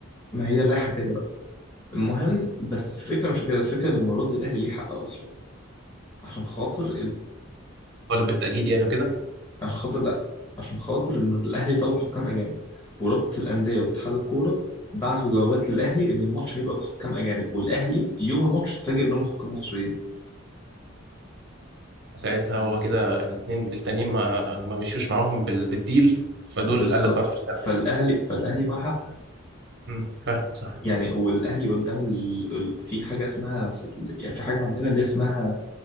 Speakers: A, on the left; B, on the right.
A: ما هي اللائحة كده بقى المهم بس الفكرة مش كده الفكرة إن المرة دي الأهلي ليه حق أصلا عشان خاطر
B: طالب بالتاجيل يعني وكده
A: عشان خاطر لا عشان خاطر ان الاهلي طلب حكام اجانب ورابطه الانديه واتحاد الكوره بعتوا جوابات للاهلي ان الماتش هيبقى بحكام اجانب والاهلي يوم الماتش اتفاجئ انهم حكام مصريين
B: ساعتها هو كده الاثنين التانيين ما ما مشيوش معاهم بال- بالديل فدول
A: بالظبط
B: قال لك خلاص مش هتلعب
A: فالاهلي فالاهلي معاه حق
B: أمم، فاهمك صح
A: يعني والاهلي قدام ال... ال... في حاجه اسمها في ال... يعني في حاجه عندنا اللي اسمها